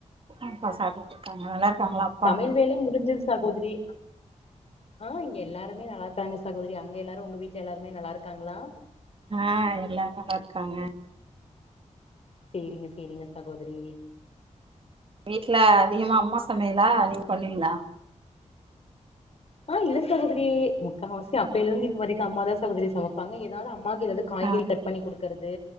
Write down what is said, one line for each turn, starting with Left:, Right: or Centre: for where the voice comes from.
Right: அப்பா சப்ட்டுட்ருக்காங்க நல்லா இருக்காங்ளா அப்
Left: சமையல் வேல முடிஞ்சது சகோதரி ஆ எல்லாருமே நல்லாருக்காங்க சகோதரி அங்க எல்லாரு உங்க வீட்ல எல்லாருமே நல்லா இருக்காங்களா
Right: ஆ எல்லாருமே நல்ல இருக்காங்க
Left: செரிங்க செரிங்க சகோதரி
Right: வீட்ல அதிகமா அம்மா சமையலா நீங்க பண்வீங்களா
Left: ஆ இல்ல சகோதரி முக்கவாசி அப்பையில இருந்து இப்ப வரைக்கு அம்மாதா சகோதரி சமப்பாங்க ஏதாது அம்மா க்கு வந்து காய்கறி
Right: ஆ
Left: கட் பண்ணி குடுக்கறது